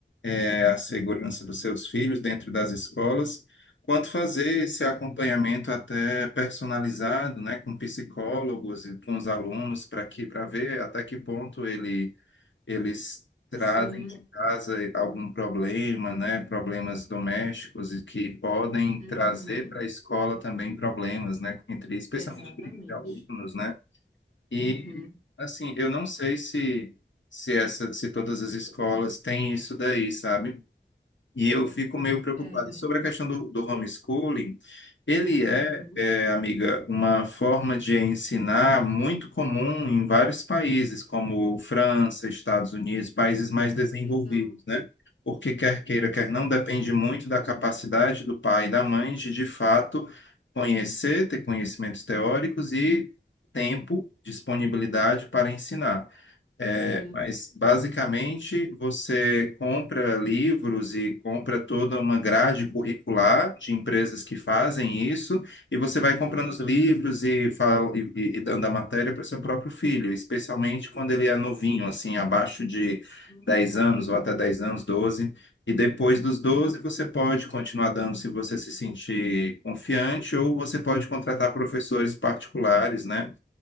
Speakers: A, on the left (about 85°); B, on the left (about 40°).
A: é, a segurança dos seus filhos dentro das escolas, quanto fazer esse acompanhamento até personalizado, né, com psicólogos e com os alunos para que para ver até que ponto ele eles trazem
B: sim,
A: de casa algum problema, né? Problemas domésticos e que podem
B: uhum,
A: trazer para a escola também problemas, né? Entre, especialmente
B: exatamente.
A: briga de alunos, né? E,
B: Uhum,
A: assim, eu não sei se, se, essa, se todas as escolas têm isso daí, sabe? E eu fico meio preocupado.
B: é,
A: E sobre a questão do, do homeschooling, ele
B: uhum,
A: é, é, amiga, uma forma de ensinar muito comum em vários países, como França, Estados Unidos, países mais
B: Hum,
A: desenvolvidos,
B: legal,
A: né? Porque
B: uhum,
A: quer queira, quer não, depende muito da capacidade do pai e da mãe de, de fato, conhecer, ter conhecimentos teóricos e tempo, disponibilidade para ensinar. É,
B: sim,
A: mas basicamente você compra livros e compra toda uma grade curricular de empresas que fazem isso, e você vai comprando
B: uhum,
A: os livros e, fala, e, e- e dando a matéria para o seu próprio filho, especialmente quando ele é novinho, assim, abaixo de
B: uhum,
A: 10 anos ou até 10 anos, doze E depois dos 12
B: sim,
A: você pode continuar dando se você se sentir confiante, ou você pode contratar professores particulares, né?